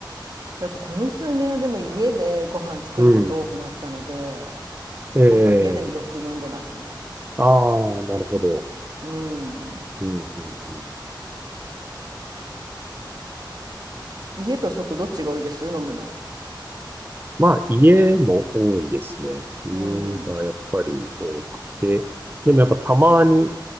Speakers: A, on the right (about 55°); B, on the right (about 25°).
A: だとこの数年はでも家でご飯作ること多くなったので、
B: うん。ええ
A: なんか家でよく飲んでますね。
B: ああ、なるほど。
A: うん。
B: うん、うん、うん。うん
A: 家と外どっちが多いです飲むの。
B: まあ、家も多いですね。家がやっぱり多くて、
A: うん。
B: でもやっぱたまに、